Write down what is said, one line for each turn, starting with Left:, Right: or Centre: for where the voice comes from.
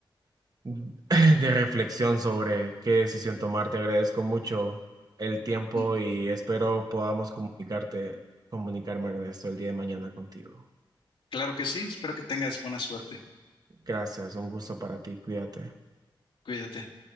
Right: <laughs> de reflexión sobre qué decisión tomar. Te agradezco mucho el tiempo
Left: Mm, mm,
Right: y espero podamos comunicarte, comunicarme de esto el día de mañana contigo.
Left: Claro que sí, espero que tengas buena suerte.
Right: Gracias, un gusto para ti, cuídate.
Left: Cuídate.